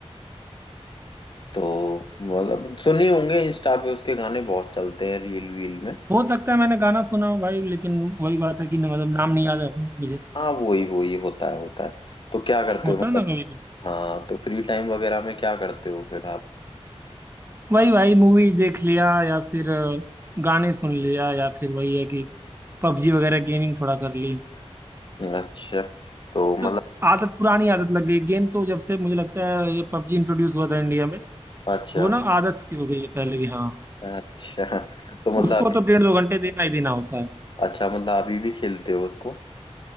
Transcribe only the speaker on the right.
हो सकता है मैंने गाना सुना हो भाई लेकिन वही बात है कि ना मतलब नाम नहीं याद है मुझे
होता
है ना कभी
वही भाई मूवीज देख लिया या फिर अ, गाने सुन लिया या फिर वही है कि पबजी वगैरह गेमिंग थोड़ा कर ली
तो
आदत पुरानी आदत लग गई गेम तो जब से मुझे लगता है ये पबजी इंट्रोड्यूस हुआ था इंडिया में
वो ना आदत सी हो गई है पहले की हाँ
उसको
तो डेढ़ दो घंटे देना ही देना होता है